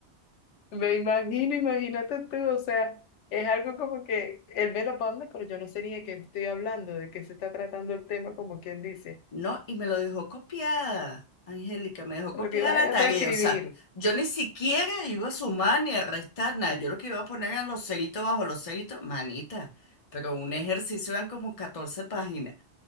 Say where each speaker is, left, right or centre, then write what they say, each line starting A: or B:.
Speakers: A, on the left (about 85°); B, on the left (about 35°).
A: Me imagino, imagínate tú, o sea, es algo como que él me lo pone, pero yo no sé ni de qué estoy hablando, de qué se está tratando el tema, como quien dice.
B: No, y me lo dejó copiada. Angélica, me dejó copiada
A: Lo que iba a
B: la
A: era
B: tarea.
A: transcribir.
B: O sea, yo ni siquiera iba a sumar ni a restar nada. Yo lo que iba a poner era los ceritos bajo los ceritos. Manita, pero un ejercicio eran como 14 páginas.